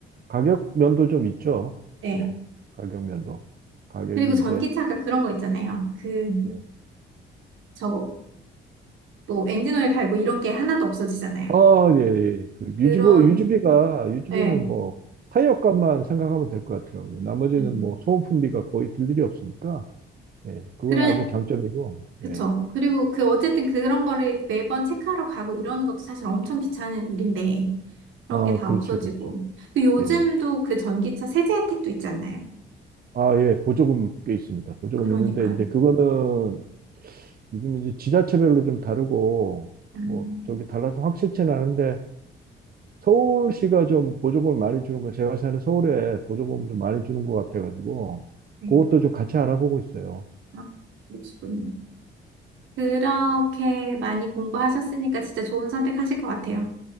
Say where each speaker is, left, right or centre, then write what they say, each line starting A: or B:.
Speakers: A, on the right (about 50°); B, on the right (about 80°).
A: 가격 면도 좀 있죠.
B: 네.
A: 예. 가격 면도. 가격이
B: 그리고 전기차가
A: 이제
B: 그런 거 있잖아요. 그,
A: 예.
B: 저거, 뭐, 엔진오일 갈고 이런 게 하나도 없어지잖아요.
A: 아, 예, 예. 그
B: 그런,
A: 유지보, 유지비가, 유지비는
B: 예.
A: 뭐, 타이어 값만 생각하면 될 것 같더라고요. 나머지는
B: 예.
A: 뭐, 소모품비가 거의 들 일이 없으니까, 예. 그건
B: 그래,
A: 아주 장점이고,
B: 그쵸.
A: 예.
B: 그리고 그, 어쨌든 그런 거를 매번 체크하러 가고 이러는 것도 사실 엄청 귀찮은 일인데, 그런
A: 아,
B: 게 다
A: 그렇죠,
B: 없어지고.
A: 그렇죠.
B: 그 요즘도
A: 예.
B: 그 전기차 세제 혜택도 있지 않나요?
A: 아, 예. 보조금 꽤 있습니다. 보조금
B: 그러니까요.
A: 있는데, 이제 그거는 요즘 이제 지자체별로 좀 다르고,
B: 음,
A: 뭐, 저기 달라서 확실치는 않은데, 서울시가 좀 보조금을 많이 주는 거, 제가 사는 서울에 보조금을 좀 많이 주는 것 같아가지고,
B: 네.
A: 그것도 좀 같이 알아보고 있어요.
B: 아, 그러시군요. 그렇게 많이 공부하셨으니까 진짜 좋은 선택하실 것 같아요.